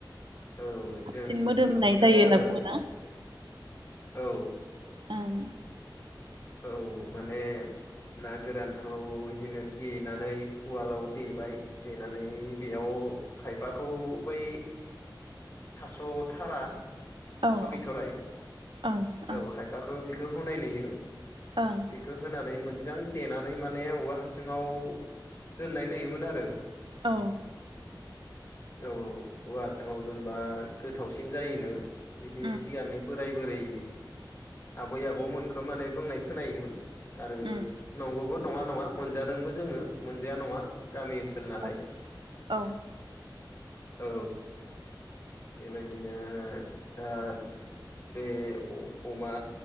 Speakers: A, on the left; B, on the right.
A: औ
B: साबसिन
A: जों
B: मोदोमनाय
A: नुबोदों
B: जायो
A: आरो
B: होनना बुङोना
A: औ
B: ओं
A: औ माने ना गोरानखौ इदिनो देनानै उवालाव देबाय देनानै बेयाव खायफाखौ बै थास थारा
B: औ
A: थास बिथराइ
B: औ ओं ओं
A: औ खाय फाखौ बिखौ होनाय नुयो।
B: ओं।
A: बेखो होनानै मोजां देनानै माने औवा हासुङाव दोननाय नुयोमोन आरो।
B: औ।
A: औ औवासुंआव दोनबा गोथावसिन जायोनो। बिदि
B: उम
A: सिगांनि बोराय बोरै आबै आबौमोनखो माने बुंनाय खोनायोमोन। आरो
B: उम
A: नंगौबो नङा नङा मोनजादोंबो जोङो मोनजाया नङा। गामि ओनसोल नालाय
B: औ औ
A: औ। बेबायदिनो दा बे अ-अमा